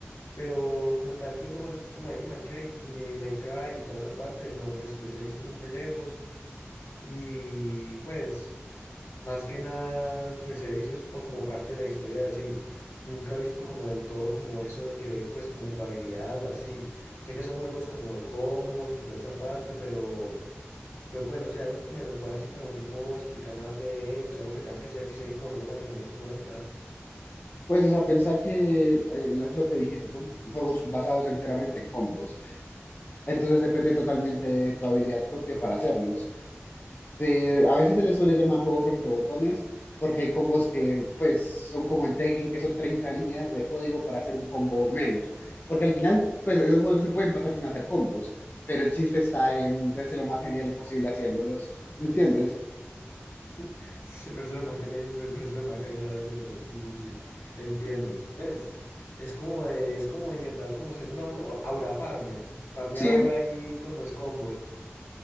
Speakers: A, on the left (about 75°); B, on the left (about 45°).
A: Pero como tal, pues juegos así como Devil May Cry y Me- May Cry y toda esa parte, no, pues les he visto muy de lejos. Y pues. Más que nada, pues he visto eso pa- como parte de la historia de así. Nunca he visto como del todo como eso de que, pues como jugabilidad o así. Sé que son juegos como de combos y toda esa parte, pero, pero pues no sé, algo que me, me puedas así como tipo explicar más de ellos, algo que tenga que ser, que sea importante para tener en cuenta.
B: Pues, o sea, pensá que eh, es lo que dijiste, son juegos basados enteramente en combos, entonces depende totalmente de tu habilidad propia para hacerlos. Se- a veces se les suele llamar juegos rompebotones porque hay combos que, pues, son como en Tekken, que son 30 líneas de código para hacer un combo melo, porque al final, pues, esos juegos se pueden pasar sin hacer combos, pero el chiste está en verse lo más genial posible haciéndolos, ¿me entiendes?
A: <laughs> Sí, me parece lo más genial, y me parece lo más genial haciéndolo. Sí, sí, sí, entiendo. Pues es como de- es como intentar como ser un aura, aura farmer, farmear
B: Sí,
A: aura ahí con los combos.